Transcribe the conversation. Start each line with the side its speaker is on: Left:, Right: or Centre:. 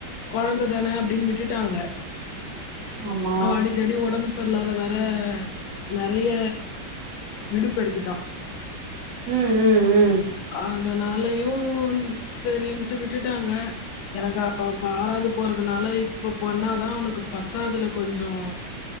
Left: கொழந்த தானே அப்டின்னு விட்டுட்டாங்க
Right: ஆமா
Left: அவ அடிக்க அடி ஒடம்பு ச செரில்லாத வேற நெறைய விடுப்பு எடுத்துட்டா
Right: உம் உம் உம்
Left: அதனாலயையு சரின்ட்டு விட்டுட்டாங்க எனக்கு அப் ப ஆறாவது போறதுனால இப்ப பொண்ணாதா உனக்கு பத்தாதுல கொஞ்சோ